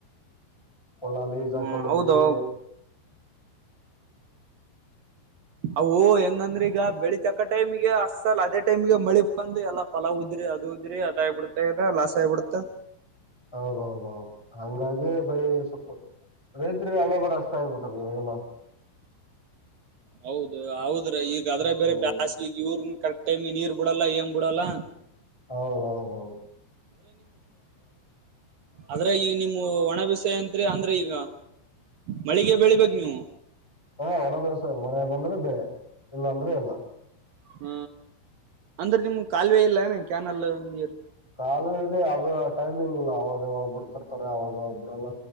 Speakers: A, in the centre; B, on the right.
A: ಹೊಲಾಲಸ್
B: ಹ್ಮ್
A: ಹಾಕೊಂಡಿದ್ದೀವಿ
B: ಹೌದು ಅ ಹೆಂಗಂದ್ರೆ ಈಗ ಬೆಳಿತಕ್ಕ ಟೈಮಗೆ ಅಸ್ಸಲ್ ಅದೇ ಟೈಮಗೆ ಮಳಿ ಬಂದು ಎಲ್ಲಾ ಪಲಾವ ಉದ್ರ ಅದು ಇದದ್ರಿ ಅದಗ್ಬಿಡತದ ಲಾಸ್ ಆಗಿಬಿಡತಾ
A: ಹೌದೌದೌದು ಹಂಗಾಗಿ ಬೆಳಿ ಸ್ವಲ್ಪ ರೈತರಿಗೆ ಹಳ ಬಾರ ಅಷ್ಟ ಆಗ್ಬಿಟ್ಟದ ಇವಾಗಲ್ಲ
B: ಹೌದು ಹೌದ್ರ ಈಗ ಅದ್ರೆ
A: ಹ್ಮ್
B: ಬೇರೆ ಬ್ಯಾಸ್ಗೆ ಈಗ ಇವ್ರ ಕರೆಕ್ಟ್ ಟೈಮ್ಗೆ ನೀರ್ ಬಿಡಲ್ಲ ಏಂಗ್ ಬಿಡಲ್ಲ
A: ಹೌದ್ ಹೌ ಹೌದು
B: ಅದ್ರಾಗಿ ನಿಮ್ಮ ಒಣ ಬಿಸಾಯ ಅಂತ ಅಂದ್ರೆ ಈಗ ಮಳಿಗೆ ಬೆಳಿಬೇಕ ನೀವು
A: ಹಾ ಒಣ ಬಿಸಿಲಿ ಮಳ ಬಂದ್ರೆ ಬೆಳೆ ಇಲ್ಲ ಅಂದ್ರೆ ಇಲ್ಲ
B: ಹ್ಮ ಅಂದ್ರ ನಿಮಗೆ ಕಾಲುವೆ ಇಲ್ಲ ಏನ ಕ್ಯಾನಲ್ ನೀರ್
A: ಕಾಲವೆ ಇದೆ ಅದ ಟೈಮಿಂಗ್ ಇಲ್ಲ ಅವಾಗವಾಗ್ಬಿಡ್ತಿರ್ತಾರೆ ಅವಾಗ ಬಿಡಲ್ಲ